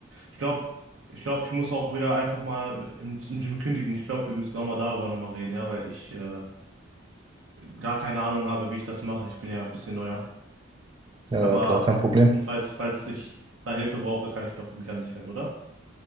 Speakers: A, on the right (about 85°); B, on the right (about 25°).
A: ich glaube, ich glaube, ich muss auch wieder einfach mal im, im Gym kündigen. Ich glaube, wir müssen auch mal darüber nochmal reden, ja, weil ich äh, gar keine Ahnung habe, wie ich das mache. Ich bin ja ein bisschen neuer.
B: Ja,
A: Aber,
B: ja, klar, kein Problem.
A: und falls, falls ich da Hilfe brauche, kann ich doch mich an dich wenden, oder?